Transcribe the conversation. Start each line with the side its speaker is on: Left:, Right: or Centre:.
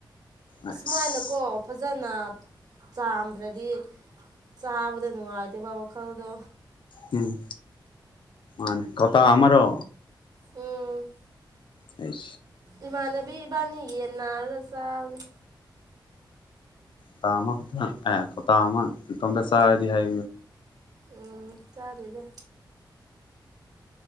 Left: ꯑꯁ
Right: ꯑꯁꯨꯃꯥꯏꯅꯀꯣ ꯐꯖꯅ ꯆꯥꯝꯗ꯭ꯔꯗꯤ ꯆꯥꯕꯗ ꯅꯨꯡꯉꯥꯏꯇꯦꯕ ꯋꯥꯈꯜꯗꯣ
Left: ꯎꯝ ꯃ ꯀꯇꯥ ꯑꯃꯔ
Right: ꯎꯝ
Left: ꯑꯩ
Right: ꯏꯃꯥꯟꯅꯕꯤ ꯏꯕꯥꯅꯤ ꯌꯦꯟ ꯅꯥꯔꯒ ꯆꯥꯕꯅꯤ
Left: ꯀꯣ ꯑꯃ ꯈ ꯑꯦ ꯀꯣꯇꯥ ꯑꯃ ꯇꯣꯝꯗ ꯆꯥꯗꯤ ꯍꯥꯏ
Right: ꯎꯝ ꯆꯥꯔꯦꯗ